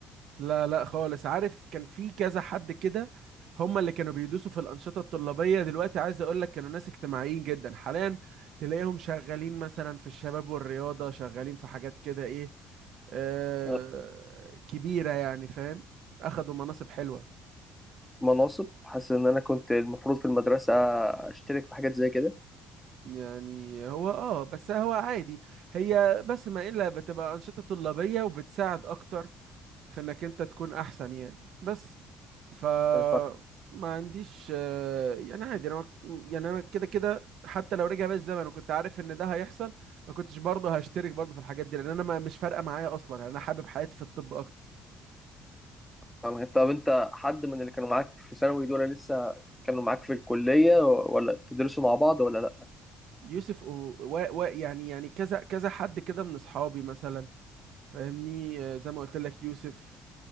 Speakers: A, on the right; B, in the centre.
A: لا لا خالص عارف كان في كذا حد كده هم اللي كانوا بيدوسوا في الأنشطة الطلابية دلوقتي عايز أقول لك كانوا ناس اجتماعيين جدا حاليا تلاقيهم شغالين مثلا في الشباب والرياضة شغالين في حاجات كده إيه آه
B: آه،
A: كبيرة يعني فاهم أخدوا مناصب حلوة
B: مناصب حاسس ان انا كنت المفروض في المدرسة اشترك في حاجات زي كده
A: يعني هو اه بس هو عادي هي بس ما الا بتبقى انشطه طلابيه وبتساعد اكتر في انك انت تكون احسن يعني بس ف
B: أنا فاهم-
A: ما عنديش آه، يعني عادي انا ما- يعني انا كده كده حتى لو رجع بيا الزمن وكنت عارف ان ده هيحصل ما كنتش برضه هشترك برضه في الحاجات دي لان انا ما مش فارقه معايا اصلا يعني انا حابب حياتي في الطب اكتر
B: فاهم. طب انت حد من اللي كانوا معاك في ثانوي دول لسه كانوا معاك في الكلية ولا بتدرسوا مع بعض ولا
A: يوسف و... و... و... يعني يعني كذا كذا حد كده من اصحابي مثلا فاهمني آه، زي ما قلت لك يوسف